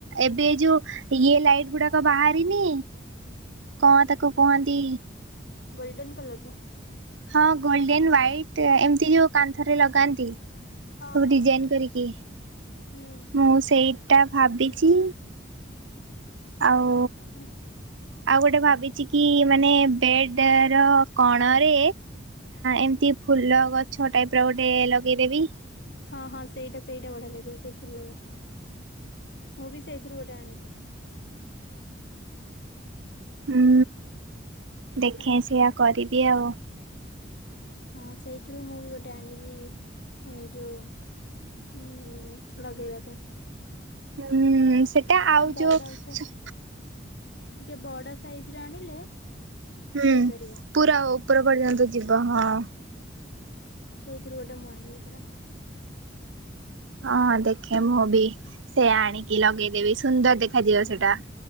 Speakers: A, on the right; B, on the left.
A: ଏବେ ଯୋଉ ଇଏ ଲାଇଟ୍ ଗୁଡାକ ବାହାରିନି କଣ ତାକୁ କୁହନ୍ତି।
B: ଗୋଲ୍ଡେନ୍ କଲର୍ ର।
A: ହଁ ଗୋଲ୍ଡେନ୍ ହ୍ୱାଇଟ୍ ଏମିତି ଯୋଉ କାନ୍ଥରେ ଲଗାନ୍ତି।
B: ହଁ
A: ସବୁ
B: ହଁ
A: ଡିଜାଇନ୍ କରିକି
B: ହୁଁ।
A: ମୁଁ ସେଇ ସେଇଟା ଭାବିଛି। ଆଉ
B: ହୁଁ ହୁଁ ହୁଁ।
A: ଆଉ ଗୋଟେ ଭାବିଛି କି ମାନେ ବେଡ୍ ର କଣ ରେ ଏମି ଫୁଲ ଗଛ ଟାଇପ୍ ର ଗୋଟେ ଲଗେଇ ଦେବି।
B: ହଁ ହଁ ସେଇଟା ସେଇଟା ବଢିଆ ଲାଗିବ ସେଇ ଫୁଲ ଗଛ ଟା। ମୁଁ ବି ସେଇଥିରୁ ଗୋଟେ ଆଣିବି।
A: ହୁଁ। ଦେଖଁ
B: ଆଣିକି
A: ସେଇଆ
B: ଲଗ
A: କରିଦିଏ ଆଉ।
B: ହଁ ସେଇଥିରୁ ମୁଁ ବି ଗୋଟେ ଆଣିବି ଯୋଉ ଲଗେଇବା ପାଇଁ।
A: ହୁଁ। ସେଟା
B: ଟିକେ
A: ଆଉ
B: ବଡ
A: ଯୋଉ
B: ସେ
A: ସୁ
B: ଟିକେ ବଡ ସାଇଜ୍ ରେ ଆଣିଲେ
A: ହୁଁ
B: ଥୋଇପାରିବ
A: ପୁରା ଓ। ଉପରେ ପଡିଯାନ୍ତୁ। ଯିବ ହଁ।
B: ସେଇଥିରୁ ଗୋଟେ ମୁଁ ଆଣବି ପରା।
A: ହଁ ଦେଖେ ମୁଁ ବି ସେ ଆଣିକି ଲଗେଇ ଦେବି ସୁ ସୁନ୍ଦର ଦେଖାଯିବ ସେଇଟା।